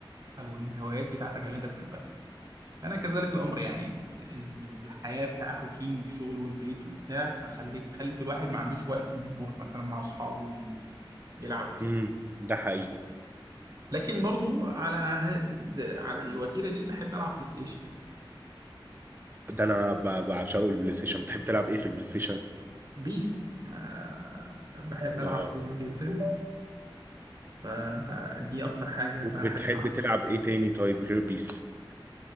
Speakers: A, on the right; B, on the right.
A: او الهوايات بتاعتك اللي انت تحبها انا كذلك الامر يعني ال- الحياه بتاع الروتين والشغل والبيت وبتاع فخليت خلت الواحد ما عندوش وقت انه يروح مثلا مع اصحابه وي- يلعب وكده
B: امم ده حقيقي
A: لكن برضو على ه- ز- على الوتيره دي بحب العب بلاي ستيشن
B: ده انا ب... بعشقه البلاي ستيشن بتحب تلعب ايه في البلاي ستيشن
A: بيس آه بحب العب
B: اه
A: كوره جدا فدي اكتر حاجه
B: وبتحب
A: بحب العبها
B: تلعب ايه تاني طيب غير بيس